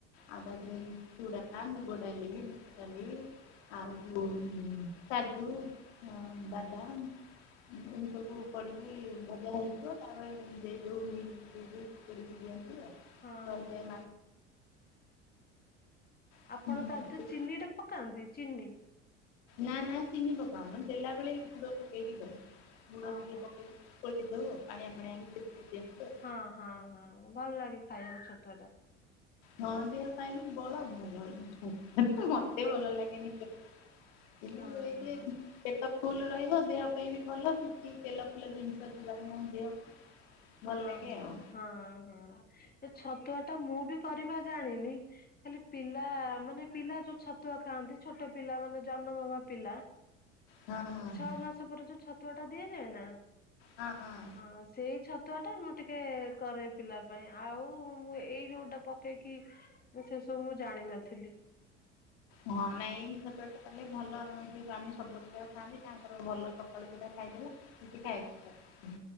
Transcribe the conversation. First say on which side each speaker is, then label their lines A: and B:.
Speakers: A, on the left; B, on the left.
A: ଆଉ ବାଦମ ଚୁଡ଼ା ମୁଗ ଡାଳି ବୁଟ ଡାଲି। ଆଉ ଯୋଉ କାଜୁ ବାଦାମ। ଏ ସବୁ ପଡିକି ଭଜା ହେଇଥିବ ତାପରେ ଦେଇଦଉ ମିଲ ଦେଇ ଦେଇ ପଡ଼ି କି ଦିଅନ୍ତି ଆଉ।
B: ହଁ ହଁ
A: ରହିଯାଏ ମାସ
B: ଆପଣ ତା ଦିହରେ ଚିନିର ପକାନ୍ତି ଚିନି?
A: ନା ନା ଚିନି ପକା ହଉନି। ଦେଲାବେେଳେ ଗୁଡ ପକେଇକିି ଦଉ ଗୁଡ
B: ଓହୋ
A: ଟିକେ ପକେଇବ। ସେଇଟି ଦୋଉ ପାଣିଆ ପାଣିଆ କରି ପିଦିଅନ୍ତି ଆଉ।
B: ହଁ ହଁ ହଁ ଭଲ ଲାଗେ ଖାଇବାକୁ ଛତୁଆ ଟା।
A: ହଁ ଦେହ ପାଇଁ ବି ବଳ ଭଲ ଲାଗେ, ମତେ ଭଲ ଲାଗେନି ସେ। କିନ୍ତୁ
B: ଟା ହଁ
A: <unintelligible>
B: ହଁ।
A: ପେଟ ଫୁଲ ରହିବ। ଦେହ ପାଇଁ ବି ଭଲ। କିଛି ତେଲ ଫେଲ ଜିନିଷ ଯିବାର ନାହିଁ ଦେହକୁ।
B: ହଁ
A: ଭଲ ଲାଗେ
B: ହଁ
A: ଆଉ।
B: ହଁ ହଁ। ଏ ଛତୁଆ ଟା ମୁଁ ବି କରିବା ଜାଣିନି। ଖାଲି ପିଲା ମାନେ ପିଲା ଯୋଉ ଛତୁଆ ଖାଆନ୍ତି। ଛୋଟ ପିଲା ମାନେ ଜନ୍ମ ହବା ପିଲା
A: ହଁ ହଁ
B: ଛଅ
A: ହଁ।
B: ମାସ ପରେ ଯୋଉ ଛତୁଆ ଟା ଦିଆଯାଏ ନା?
A: ହଁ ହଁ।
B: ଅ ସେ ଛତୁଆ ଟା ମୁଁ ଟିକେ କରେ ପିଲା ପାଇଁ। ଆଉ ଏଇ ଯୋଉଟା ପକେଇକି ମୁ ସେ ସବୁ ମୁଁ ଜାଣିନଥିଲି।
A: ହଁ ନାଇଁ ଏଇି ଛତୁଆ ଟା କଲେ ଭଲ ଏ ସ୍ୱାମୀ ସବୁବେଳେ ସେଇଆକୁ ଖାଆନ୍ତି। ତାଙ୍କର ଭଲ ସକାଳୁ ସେଟା ଖାଇଦେଲେ କିଛି ଖାଏନି,